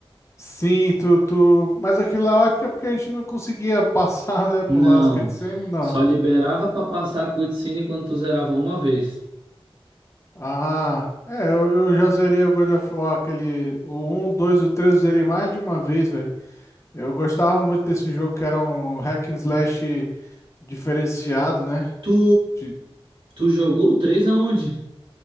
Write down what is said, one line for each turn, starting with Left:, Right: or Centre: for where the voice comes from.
Left: Sim, tu, tu, mas aquilo lá eu acho que é porque a gente não conseguia <laughs> passar, né, pular
Right: Não.
Left: as cutscenes, não.
Right: Só liberava pra passar a cutscene quando tu zerava uma vez.
Left: Ah, é, eu, eu já zerei o God of War, aquele, o um, 2 e o 3 eu zerei mais de uma vez, velho. Eu gostava muito desse jogo que era um hack and slash diferenciado, né?
Right: Tu,
Left: De-
Right: tu jogou o 3 aonde?